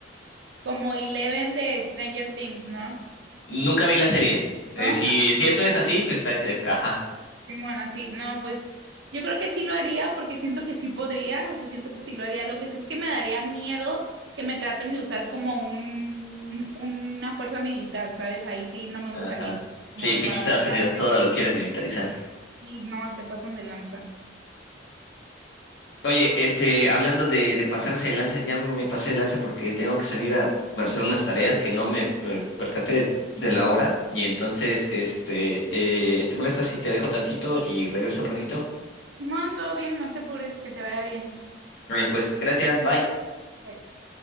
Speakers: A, on the right; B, on the left.
A: Como Eleven de Stranger Things, ¿no?
B: Nunca vi la serie. Eh,
A: ¿no? Ah,
B: si,
A: ok,
B: si eso
A: bueno,
B: es así, pues está, es- ajá.
A: Simón, así. No, pues yo creo que sí lo haría porque siento que sí podría, o sea, siento que sí lo haría. Lo que sí es que me daría miedo que me traten de usar como un, una fuerza militar, ¿sabes? Ahí sí no me
B: Ajá.
A: gustaría, como
B: Sí,
A: que
B: pinche
A: para
B: Estados
A: dañar
B: Unidos todo
A: gente.
B: lo quiere militarizar.
A: Y no, se pasan de lanza.
B: Oye, este, hablando de, de pasarse de lanza, ya me pasé de lanza porque tengo que salir a hacer unas tareas que no me per- percaté de, la hora. Y entonces, este, eh, ¿te molesta si te dejo tantito y regreso al ratito?
A: Simón, todo bien, no te apures, que te vaya bien.
B: Vale, pues, gracias, bye.
A: ok.